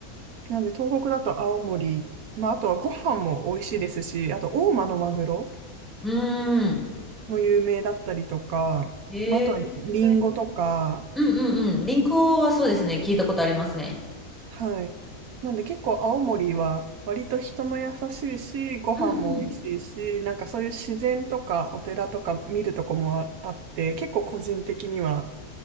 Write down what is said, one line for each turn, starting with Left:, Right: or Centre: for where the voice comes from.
Right: なんで東北だと青森、まあ、あとはご飯も美味しいですし、あと大間のマグロ。
Centre: うーん。
Right: も有名だったりとか、
Centre: へえ。
Right: まあ、あとはリンゴとか、
Centre: うんうんうん。リンクはそうですね。聞いたことありますね。
Right: はい。なんで結構青森は割と人も優しいし、ご飯も美味しいし、
Centre: うんうん。
Right: なんかそういう自然とかお寺とか見るとこもああって、結構個人的には